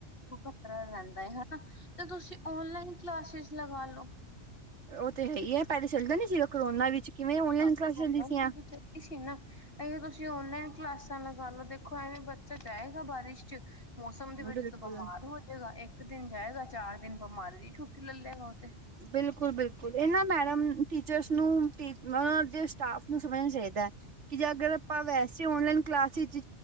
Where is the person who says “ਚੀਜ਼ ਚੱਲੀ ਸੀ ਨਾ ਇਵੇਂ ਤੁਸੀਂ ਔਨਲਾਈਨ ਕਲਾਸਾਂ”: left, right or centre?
Left